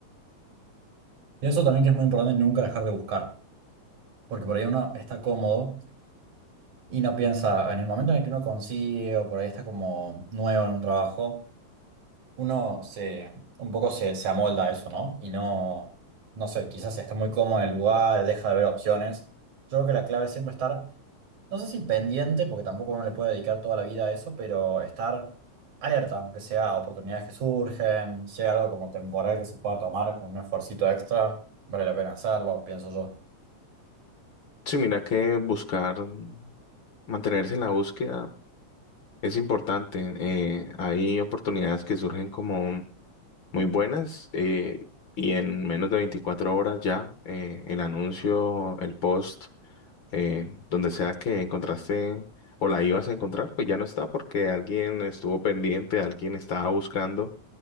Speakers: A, on the right; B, on the left.
A: Pienso también que es muy importante nunca dejar de buscar, porque por ahí uno está cómodo y no piensa, en el momento en el que uno consigue o por ahí está como nuevo en un trabajo, uno se, un poco se, se amolda a eso, ¿no? Y no, no sé, quizás está muy cómodo en el lugar, deja de ver opciones. Yo creo que la clave es siempre estar, no sé si pendiente, porque tampoco uno le puede dedicar toda la vida a eso, pero estar alerta, aunque sea a oportunidades que surgen, sea algo como temporal que se pueda tomar con un esfuercito extra, vale la pena hacerlo, pienso yo.
B: Sí, mira que buscar, mm, mantenerse en la búsqueda Es importante, eh, hay oportunidades que surgen como muy buenas eh, y en menos de 24 horas ya eh, el anuncio, el post, eh, donde sea que encontraste o la ibas a encontrar, pues ya no está porque alguien estuvo pendiente, alguien estaba buscando